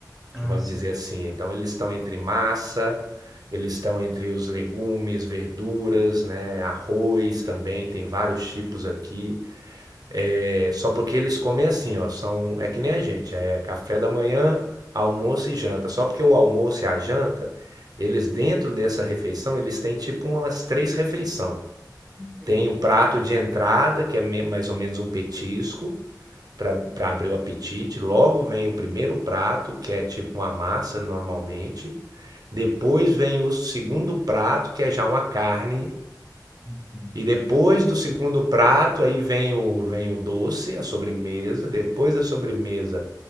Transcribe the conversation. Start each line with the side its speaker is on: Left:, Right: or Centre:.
Centre: Ah,
Right: vamos
Centre: sim.
Right: dizer assim. Então, eles estão entre massa, eles estão entre os legumes, verduras, né, arroz também, tem vários tipos aqui. É, só porque eles comem assim, ó, são, é que nem a gente, é café da manhã, almoço e janta. Só porque o almoço e a janta, eles dentro dessa refeição, eles têm tipo umas três refeições.
Centre: Hum, Que legal.
Right: Tem o prato de entrada, que é me- mais ou menos um petisco, para abrir o apetite. Logo vem o primeiro prato, que é tipo uma massa normalmente. Depois vem o segundo prato, que é já uma carne.
Centre: Entendi.
Right: E depois do segundo prato, aí vem o, vem o doce, a sobremesa. Depois da sobremesa,